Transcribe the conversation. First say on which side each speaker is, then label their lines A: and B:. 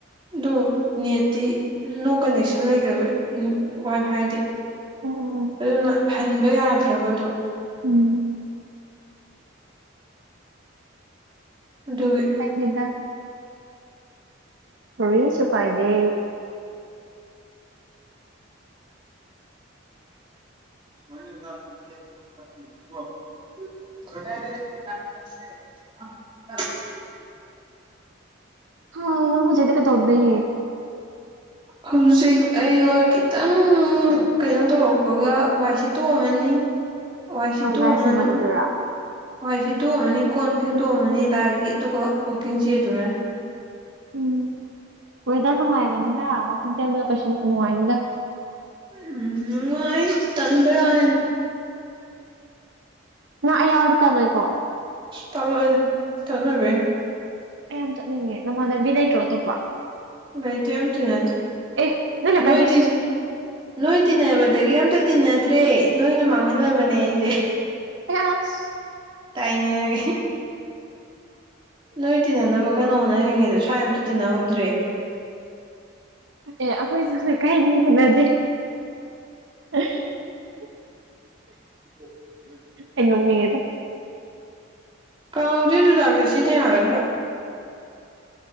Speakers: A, on the right; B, on the right.
A: ꯑꯗꯣ ꯅꯦꯠꯇꯤ ꯅꯣ ꯀꯟꯅꯦꯛꯁꯟ ꯂꯩꯈ꯭ꯔꯕ ꯋꯥꯏ ꯐꯥꯏꯗꯤ
B: ꯑꯣ ꯑꯣ
A: ꯑꯗꯨꯅ ꯍꯟꯕ ꯌꯥꯗ꯭ꯔꯕ ꯑꯗꯨꯣ
B: ꯎꯝ
A: ꯑꯗꯨꯒꯒꯤ
B: ꯍꯥꯏꯗ ꯀꯔꯤꯁꯨ ꯀꯥꯏꯗꯦ
A: <unintelligible> <unintelligible>
B: ꯍꯥꯎ ꯍꯧꯖꯤꯗꯤ ꯀꯩꯗꯧꯗꯤ
A: ꯍꯧꯖꯤꯛ ꯑꯩ ꯈꯤꯇꯪ ꯀꯩꯅꯣ ꯇꯧꯔꯛꯄꯒ ꯋꯥꯏ ꯁꯤꯇꯣꯛꯑꯝꯃꯅꯤ ꯋꯥꯏ ꯁꯤꯇꯣꯛ
B: ꯑ ꯂꯥꯏ
A: ꯑꯃꯥꯅꯤ
B: ꯁꯦꯕꯥ ꯇꯧꯗꯣꯏꯔꯥ
A: ꯋꯥꯏ ꯁꯤꯠꯇꯣꯛꯑꯝꯃꯅꯤ ꯀꯣꯟ ꯐꯦꯡꯗꯣꯛꯑꯝꯃꯅꯤ ꯂꯥꯏꯒꯤ ꯑꯗꯨꯒ ꯋꯥꯛꯀꯤꯡ ꯆꯦꯜꯂꯨꯔꯅꯤ
B: ꯎꯝ ꯋꯦꯗꯔ ꯅꯨꯡꯉꯥꯏꯕꯅꯤꯅ ꯋꯥꯀꯤꯡ ꯆꯦꯟꯕꯁꯨ ꯀꯩꯁꯨ ꯅꯨꯡꯉꯥꯏꯅꯤ
A: ꯎꯝ ꯅꯨꯡꯉꯥꯏꯅꯤ ꯇꯟꯕꯩ ꯋꯥꯅꯤꯗꯥ
B: ꯅꯪ ꯑꯩ ꯌꯥꯎꯔꯗꯤ ꯇꯜꯂꯣꯏꯀꯣ
A: ꯇꯜꯂꯣꯏꯗ ꯏꯊꯟ ꯑꯣꯏꯕꯩꯅꯤ
B: ꯑꯩ ꯌꯥꯝ ꯆꯠꯅꯤꯡꯉꯦ ꯅꯃꯥꯟꯅꯕꯤ ꯂꯩꯇ꯭ꯔꯣ ꯑꯇꯣꯞꯄ
A: ꯂꯩꯇꯦ ꯑꯝ ꯇꯤꯟꯅꯗꯦ
B: ꯑꯦ ꯂꯩꯀꯥꯏꯒꯤ
A: ꯅꯣꯏ ꯇꯤꯟ ꯅꯣꯏ ꯇꯤꯟꯅꯕꯗꯒꯤ ꯑꯝꯇꯥ ꯇꯤꯟꯅꯗ꯭ꯔꯦ ꯅꯣꯏꯅ ꯃꯥꯡꯍꯜꯂꯕꯅꯦ ꯑꯩꯁꯦ
B: <unintelligible>
A: ꯇꯥꯏꯅꯔꯒꯦ ꯅꯣꯏ ꯇꯤꯟꯅ ꯀꯟꯅꯥ ꯍꯣꯠꯅꯔꯤꯉꯩꯗ ꯁ꯭ꯋꯥꯏ ꯑꯃꯇꯥ ꯇꯤꯟꯅꯍꯧꯗ꯭ꯔꯦ
B: ꯑꯦ ꯑꯩꯈꯣꯏꯁꯨꯅ ꯂꯀꯥꯏ ꯃꯤꯇꯤꯅꯗꯦ <unintelligible>
A: <unintelligible>
B: ꯑꯩ ꯅꯣꯛꯅꯤꯡꯉꯦꯗ
A: ꯀꯥꯡꯁꯦ ꯆꯨꯖꯥꯛꯁꯦ ꯁꯤꯖꯤꯟꯅ ꯌꯥꯔꯗ꯭ꯔꯣ